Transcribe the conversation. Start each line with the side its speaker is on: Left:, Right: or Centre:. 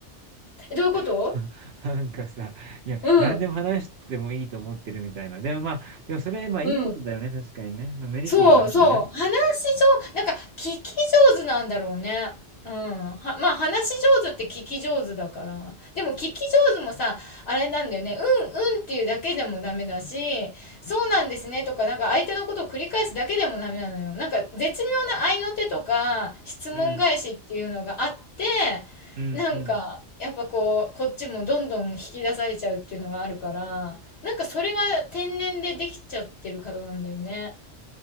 Left: え、どういうこと
Right: <laughs> なんかさ、いや、
Left: うん。
Right: 何でも話してもいいと思ってるみたいな。でもまあ、でもそれ、まあいいことだよね、
Left: うん。
Right: 確かにね。まあメリットでもあるよね。
Left: そうそう。話し上、なんか聞き上手なんだろうね。うん。は、まあ話し上手って聞き上手だから。でも聞き上手もさ、あれなんだよね。うんうんっていうだけでもダメだし、そうなんですねとか、なんか相手のことを繰り返すだけでもダメなのよ。なんか絶妙な合いの手とか、質問返しっていうのがあって、
Right: うん、うん、うん。
Left: なんか、やっぱこう、こっちもどんどん引き出されちゃうっていうのがあるから、なんかそれが天然でできちゃってる方なんだよね。